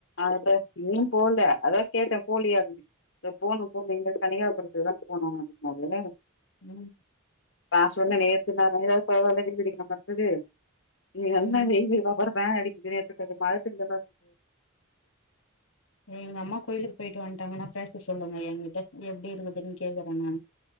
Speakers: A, on the left; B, on the left.
A: ஆதா இன்னும் போல அதா கேட்டே போலியா அப்டின்னு இதோ போணு போணு எங்க தனியாபுரத்துலதா போனு அப்டினாரு
B: ம்
A: நா சொன்னே நேத்து நா <unintelligible> இன்னைக்கு நல்லா
B: ம்
A: வெயிலு இத பாரு பேனு அடிக்குது நேத்து கொஞ்ச மழை <unintelligible> <unintelligible>
B: எங்க அம்மா கோயிலுக்கு போயிட்டு வந்ட்டாங்கன்னா பேச சொல்லுங்க என்கிட்ட எப்டி இருக்குதுன்னு கேக்குறே நான்